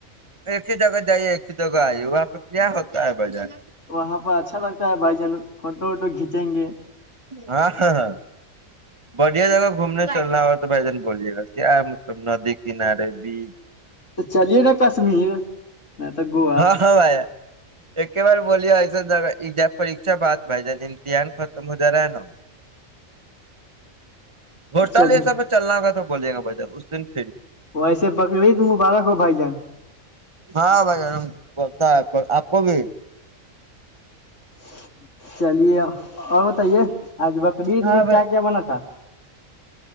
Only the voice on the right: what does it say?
ایکے جگہ جے ایک ہی ج آئیے وہاں پہ کیا ہوتا ہے بجن
ہاں ہاں ہاں بڑھیا جگہ گھومنے چلنا ہو تو بھائی جان بولے گا کیا مطلب ندی کنارے بھی
ہاں ہاں بھائی ایک بار بوے ایسا ج پریچا بات ب ج دھیان ختم ہو جا رہا ہے نا ہوٹال
یہ سب میں چلنا ہوگا تو <unintelligible>
ہاں بھائی جان ہم <unintelligible>
ہاں
بھائی